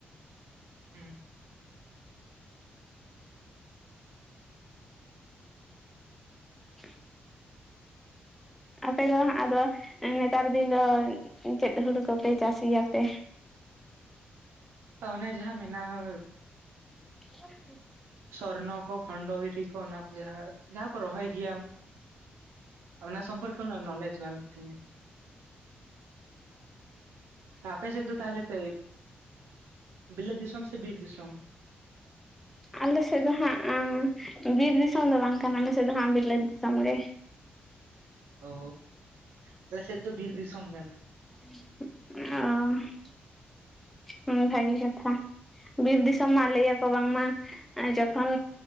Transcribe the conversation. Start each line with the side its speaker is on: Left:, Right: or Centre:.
Right: ᱦᱩᱸ
Centre: ᱻ ᱟᱯᱮ ᱫᱚ ᱦᱟᱸᱜ ᱟᱫᱚ ᱱᱮᱛᱟᱨ ᱫᱤᱱ ᱫᱚ ᱪᱮᱫ ᱦᱩᱲᱩ ᱠᱚᱯᱮ ᱪᱟᱥ ᱜᱮᱭᱟᱯᱮ?
Right: ᱚᱱᱮ ᱡᱟᱦᱟᱸ ᱢᱮᱱᱟᱜᱼᱟ
Centre: <unintelligible>
Right: ᱥᱚᱨᱱᱚ ᱠᱚ ᱠᱷᱚᱸᱱᱰᱚ ᱜᱤᱨᱤ ᱠᱚ ᱚᱱᱟ ᱠᱚ ᱡᱟᱦᱟᱸ ᱡᱟᱦᱟᱸ ᱠᱚ ᱨᱚᱦᱚᱭ ᱜᱮᱭᱟ ᱚᱱᱟ ᱥᱚᱢᱯᱚᱨᱠᱮ ᱩᱱᱟᱹᱜ ᱱᱚᱞᱮᱡᱽ ᱵᱟᱹᱱᱩᱜ ᱛᱤᱧᱟ ᱾ ᱟᱯᱮ ᱥᱮᱫ ᱫᱚ ᱛᱟᱦᱞᱮ? ᱥᱮ ᱵᱤᱞᱚᱛ ᱫᱤᱥᱚᱢ ᱥᱮ ᱵᱤᱨ ᱫᱤᱥᱚᱢ?
Centre: ᱟᱞᱮ ᱥᱮᱫ ᱫᱚ ᱦᱟᱸᱜ ᱮᱸ ᱵᱤᱨ ᱫᱤᱥᱚᱢ ᱫᱚ ᱵᱟᱝ ᱠᱟᱱᱟ ᱟᱞᱮ ᱥᱮᱫ ᱫᱚ ᱦᱟᱸᱜ ᱵᱤᱞᱟᱹᱛ ᱫᱤᱥᱚᱢ ᱜᱮ ᱾
Right: ᱚ, ᱟᱞᱮ ᱥᱮᱫ ᱫᱚ ᱵᱤᱨ ᱫᱤᱥᱚᱢ ᱠᱟᱱᱟ ᱾
Centre: ᱚ ᱦᱩᱸ ᱵᱷᱟᱹᱜᱤ ᱠᱟᱛᱷᱟ ᱵᱤᱨ ᱫᱤᱥᱚᱢ ᱢᱟ ᱞᱟᱹᱭᱟ ᱠᱚ ᱵᱟᱝᱢᱟ ᱡᱚᱠᱷᱚᱱ